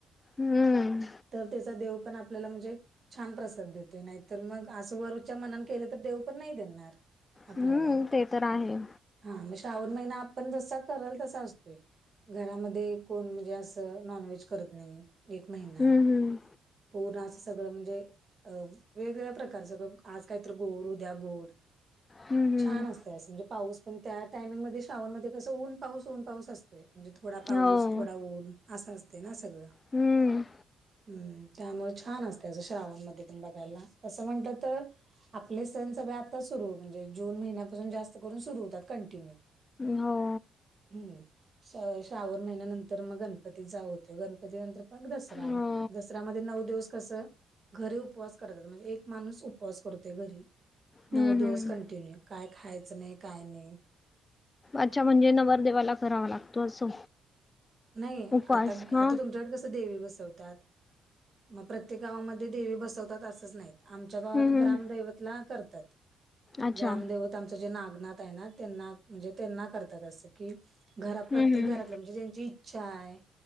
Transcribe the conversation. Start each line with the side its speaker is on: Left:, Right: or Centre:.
Left: हम्म.
Right: तर त्याचा देव पण आपल्याला म्हणजे. छान प्रसाद देतो नाहीतर मग आस वरूच्या मनात केलं तर देऊ पण नाही देणार. आपल्याला
Left: हुम्म ते तर आहे.
Right: हा म श्रावण महिना आपण जसा कराल तसा असतोय. घरामध्ये कोण म्हणजे असं नॉनव्हेज करत नाही. एक महिना
Left: हम्म हम्म.
Right: पूर्ण असं सगळं म्हणजे. अ वेगवेगळ्या प्रकारचं आज काहीत गोड उद्या गोड.
Left: हम्म हम्म.
Right: छान असत अस म्हणजे पाऊस पण त्या टामिंगमध्ये. श्रावण मध्ये कसं ऊनपाऊसऊन पाऊस असतोय म्हणजे थोडा पाऊस
Left: हो.
Right: थोडा ऊन असा असत ना. सगळ
Left: हम्म.
Right: हु त्यामुळे छान असत श्रावमध्ये. बघायला तस म्हटलतर आपले सण सगळे आता सुरु म्हणजे जुन महिन्यात. अजून जास्त करून सुरू होतात कंटिन्यु.
Left: हो,
Right: हुम्म श्र श्रावण महिन्यानंतर मग गणपती चालु होतोय गणपती नंतर. मग दसरा
Left: हो.
Right: दसऱ्यामध्ये नऊ दिवस. कस घरी उपवास करत्यात म्हणजे एक माणूस उपवास करतोय घरी.
Left: हम्म
Right: नऊ दिवस
Left: हम्म.
Right: कंटिन्यू काय खायचं नाही काय नाही.
Left: अच्छा म्हणजे नवरदेवाला करावा लागतो असं.
Right: नई
Left: उपवास
Right: आता
Left: हां.
Right: आता तुमच्याकडे कसं देवी बसवतात. मग प्रत्येक गावामध्ये देवी बसवतात असंच नाहीत आमच्या गावात
Left: हम्म हम्म.
Right: ग्रामदैवतला करतात.
Left: अच्छा.
Right: ग्रामदेवत आमचं जे नागनाथ आहे ना त्यांना म्हणजे त्यांना करतात असत. कि घरात प्रत्येक
Left: हम्म हम्म.
Right: घरातलं म्हणजे ज्यांची इच्छा आहे.